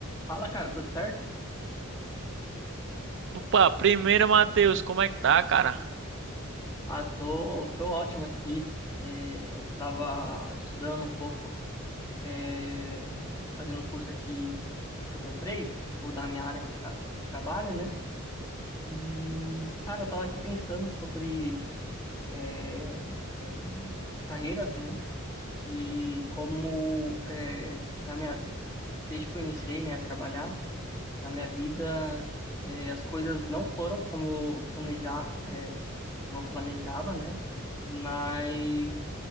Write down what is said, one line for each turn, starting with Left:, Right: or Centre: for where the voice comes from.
Left: Fala, cara, tudo certo?
Right: Opa, primeiro, Matheus, como é que tá, cara?
Left: Ah, tô, tô ótimo aqui. É, tava estudando um pouco, é, fazendo um curso aqui que eu comprei, tipo, da minha área que eu tra trabalho, né? E, cara, eu tava aqui pensando sobre é, é, carreiras, né? E como, é, na minha, desde que eu iniciei, né, a trabalhar, na minha vida, é, as coisas não foram como eu planejar, é, como eu planejava, né? Mas